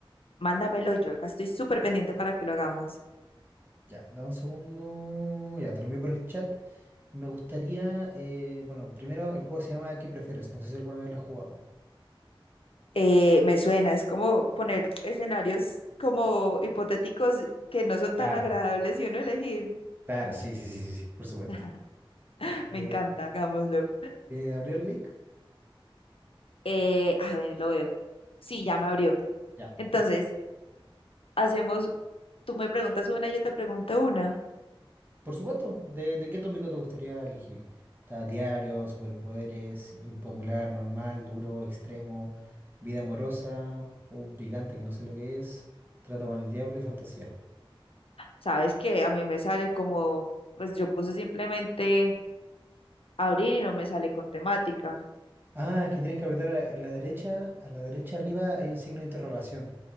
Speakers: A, on the left; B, on the right.
A: Mándamelo, yo acá estoy súper pendiente para que lo hagamos.
B: Ya, dame un segundo. Ya, te lo envío por el chat. Me gustaría, eh, bueno, primero el juego se llama ¿Qué prefieres? No sé si alguna vez lo has jugado.
A: Eh, me suena, es como poner escenarios como hipotéticos que no son tan
B: Claro.
A: agradables y uno elegir.
B: Claro, sí, sí, sí, sí, sí, por supuesto.
A: <laughs>
B: Ya. Eh,
A: Me encanta, hagámoslo.
B: eh, ¿abrí el link?
A: Eh, a ver, lo veo. Sí, ya me abrió.
B: Ya.
A: Entonces, hacemos, tú me preguntas una, yo te pregunto una.
B: Por supuesto, ¿de, de qué tópico te gustaría elegir? ¿Está diario, superpoderes, impopular, normal, duro, extremo, vida amorosa, un picante que no sé lo que es, trata con el diablo y fantasía?
A: Sabes que a mí me sale como, pues yo puse simplemente abrir y no me sale con temática.
B: Ah, es que tienes que apretar a a la derecha, a la derecha arriba hay un signo de interrogación.